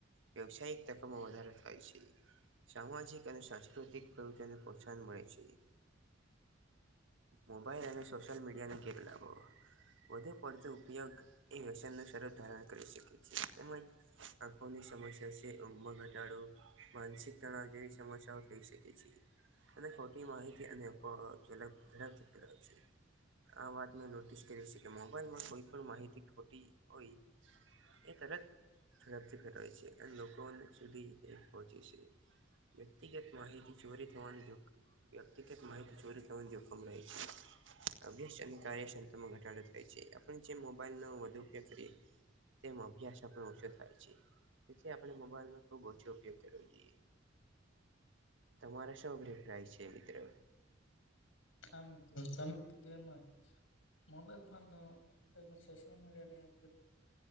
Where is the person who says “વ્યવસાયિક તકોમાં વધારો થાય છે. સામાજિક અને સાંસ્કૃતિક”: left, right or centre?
Right